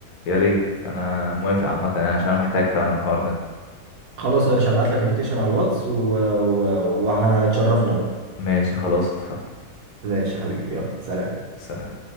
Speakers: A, on the left; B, on the right.
A: يا ريت انا موافق عامة يعني عشان انا محتاج فعلا الحوار ده
B: خلاص يا باشا هبعت لك اللوكيشن على الواتس و- و- وهتشرفنا بقى
A: ماشي خلاص اتفقنا
B: ماشي يا حبيبي يلا سلام
A: سلام